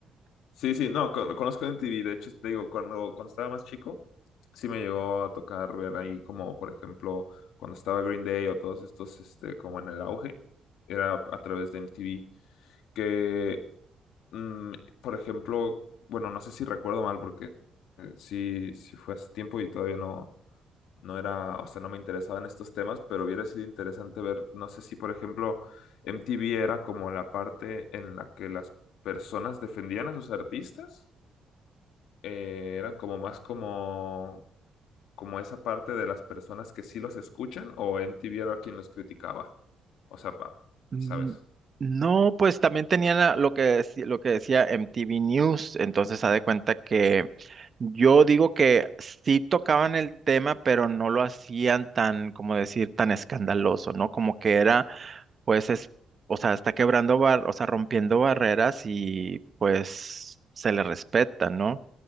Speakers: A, on the left (about 80°); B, on the right (about 40°).
A: Sí, sí, no, con- conozco MTV, de hecho, te digo, cuando, cuando estaba más chico, sí me llegó a tocar ver ahí como, por ejemplo, cuando estaba Green Day o todos estos, este, como en el auge, era a través de MTV, que, mm, por ejemplo, bueno, no sé si recuerdo mal, porque eh, sí, sí fue hace tiempo y todavía no, no era, o sea, no me interesaban estos temas, pero hubiera sido interesante ver, no sé si, por ejemplo, MTV era como la parte en la que las personas defendían a sus artistas eh, eran como más como, como esa parte de las personas que sí los escuchan o MTV era quien los criticaba. O sea, pa-
B: Mm,
A: ¿sabes?
B: No, pues también tenía la- lo que, deci- lo que decía MTV News, entonces haz de cuenta que yo digo que sí tocaban el tema, pero no lo hacían tan, como decir, tan escandaloso, ¿no? Como que era, pues, es, o sea, está quebrando, bar, o sea, rompiendo barreras y pues se le respeta, ¿no?